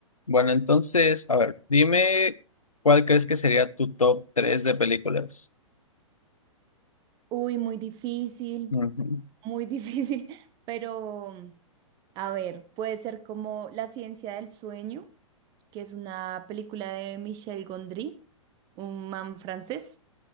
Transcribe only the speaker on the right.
Uy, muy difícil,
muy <laughs> difícil, pero a ver, puede ser como La ciencia del sueño, que es una película de Michel Gondry, un man francés,